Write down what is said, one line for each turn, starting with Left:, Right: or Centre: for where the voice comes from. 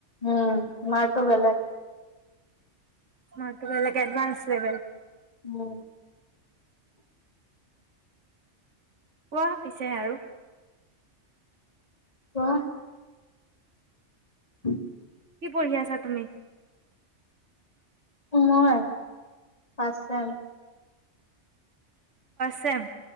Left: উম মাৰটো বেলেগ
Right: মাৰতো বেলেগ এডভান্স লেভেল
Left: উম
Right: কোৱা পিছে আৰু
Left: কোৱাহ <inaudible>
Right: কি পঢ়ি আছা তুমি
Left: মই ফাৰ্ষ্ট চেম
Right: চেম